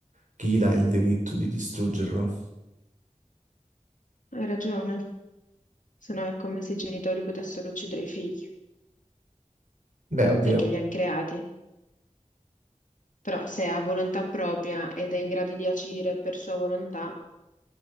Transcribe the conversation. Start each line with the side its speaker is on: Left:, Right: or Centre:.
Right: chi gli dà il diritto di distruggerlo?
Left: ragione. Se no è come se i genitori potessero uccidere i figli,
Right: Beh, oddio,
Left: perché li hanno creati. Però se ha volontà propria ed è in grado di agire per sua volontà,